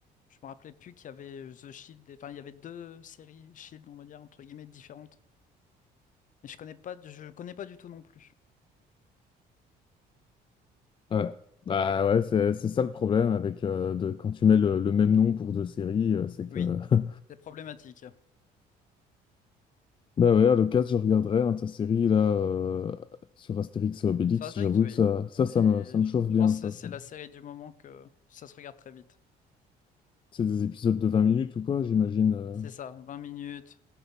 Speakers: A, on the left; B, on the left.
A: Je me rappelais plus qu'il y avait euh, The Shield, et- enfin il y avait deux séries Shield on va dire entre guillemets différentes. Mais je connais pas je connais pas du tout non plus.
B: Ouais. Bah ouais, c'est c'est ça le problème avec euh, de, quand tu mets le, le même nom pour deux séries, euh, c'est que.
A: Oui,
B: <laughs>
A: c'est problématique.
B: Bah ouais, à l'occasion, je regarderai hein, ta série là euh, sur Astérix et Obélix.
A: Ça C'est
B: J'avoue
A: vrai que oui.
B: que ça, ça, ça
A: Et
B: me, ça me
A: je
B: chauffe bien,
A: je pense
B: ça.
A: que c'est
B: ça.
A: la série du moment que ça se regarde très vite.
B: C'est des épisodes de 20 minutes ou quoi, j'imagine. euh.
A: C'est ça, 20 minutes,